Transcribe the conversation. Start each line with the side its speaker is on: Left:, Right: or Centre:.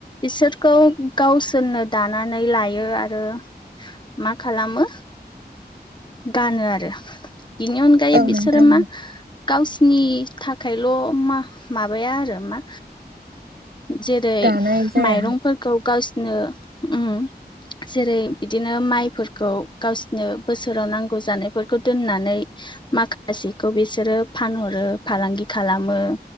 Left: बिसोरखौ गावसोरनो दानानै लायो आरो मा खालामो गानो आरो बिनि अनगायै
Right: औ
Left: बिसोरो
Right: नोंथां
Left: मा गावसिनि थाखायल' मा-माबाया आरो मा जेरै
Right: दानाय जाया
Left: माइरंफोरखौ गावसनो उम। जेरै बिदिनो माइफोरखौ गावसनो बोसोराव नांगौ जानायफोरखौ दोननानै माखासेखौ बिसोरो फानहरो फालांगि खालामो।